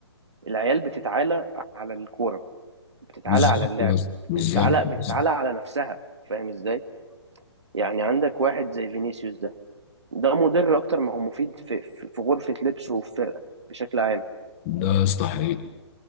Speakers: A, on the right; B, on the left.
A: العيال بتتعالى على الكورة بتتعالى
B: بالظبط
A: على اللعب
B: يا اسطى بالظبط
A: بتتعالى
B: يا
A: بتتعالى
B: اسطى.
A: على نفسها فاهم ازاي يعني عندك واحد زي فينيسيوس ده ده مضر اكتر ما هو مفيد في في في غرفة لبسه وفي فرقة بشكل عام
B: ده يا اسطى حقيقي